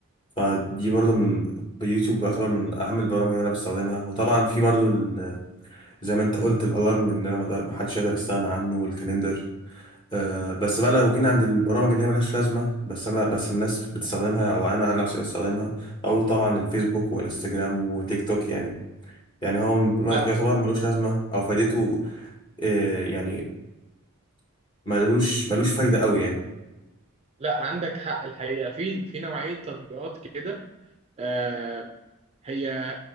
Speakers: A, on the left (about 20°); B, on the right (about 30°).
A: فدي برضو من يوتيوب بيعتبر من أهم البرامج اللي أنا بستخدمها وطبعا في برضو ال- زي ما أنت قلت الألارم إن أنا ما ما حدش يقدر يستغنى عنه والكاليندر آه، بس بقى لو جينا عند البرامج اللي هي ملهاش لازمة بس أنا بس الناس بتستخدمها أو أنا عن نفسي بستخدمها أقول طبعا الفيسبوك وإنستجرام وتيك توك يعني يعني هو م- ما-
B: لا
A: يعتبر ملوش لازمة أو فايدته آه، يعني ملوش ملوش فايدة أوي يعني
B: لا عندك حق الحقيقه في في نوعيه تطبيقات كده آه، هي